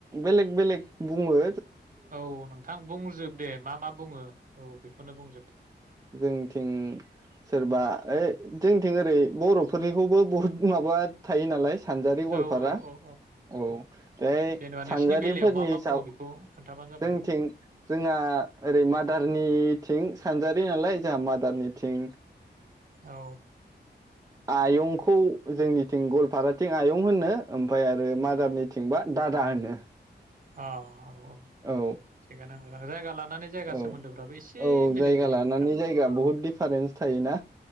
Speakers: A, on the right (about 20°); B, on the right (about 50°).
A: बेलेग बेलेग बुंङो।
B: औ नोंथां बुंजोब दे मा मा बुङो औ। बेखौनो बुंजोब दे
A: जोंथिं सोरबा ओ जोंथिं ओरै बर'फोरनिखौबो बहुद माबा थायो नालाय सानजारि गवालपारा
B: औ औ औ
A: औ बे
B: जेनेबा
A: सानजारिफोरनि
B: नोंसिनि बेलायाव मा
A: हिसाब
B: मा बुङो बेखौ खोन्थाबानो जाबाय
A: जोंथिं
B: दे
A: जोंहा ओरै मादारनि सानजारि नालाय जोंहा मादार निथिं
B: औ
A: आयंखौ जोंनिथिं गवालपाराथिं आयं होननो ओमफ्राय आरो मादारनिथिंबा दादा होनो
B: अ अ अ'
A: औ
B: थिगानो नोंथां जायगा लानानै जायगा
A: औ
B: सोमोन्दोफ्राबो एसे
A: औ
B: बेलेग
A: जायगा
B: बेलेग
A: लानानै
B: नोंथां
A: जायगा
B: औ
A: बहुद दिफारेन्स थायोना